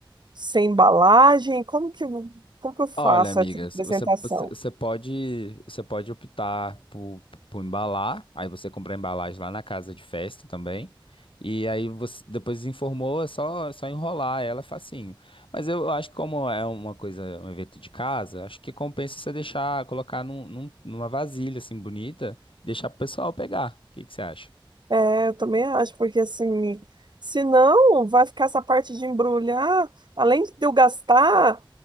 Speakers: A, on the right (about 55°); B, on the left (about 75°).
A: sem embalagem? Como que, eu- como que eu faço
B: Olha, amiga,
A: essa apresentação?
B: c- você, você, você pode você pode optar por, por embalar, aí você compra a embalagem lá na casa de festa também. E aí você depois informou, é só, é só enrolar ela facinho. Mas eu acho que como é uma coisa, um evento de casa, acho que compensa você deixar, colocar num, num- numa vasilha assim bonita, deixar pro pessoal pegar. O que que você acha?
A: É, eu também acho, porque assim, se não, vai ficar essa parte de embrulhar, além de eu gastar,